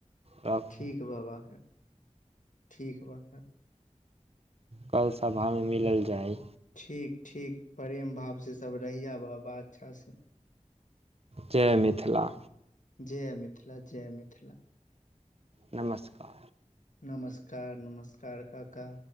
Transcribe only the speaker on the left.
ठीक बाबा ठीक बा
ठीक ठीक प्रेम भाव से सब रहिय बाबा अच्छा से
जय मिथिला जय मिथिला
नमस्कार नमस्कार काका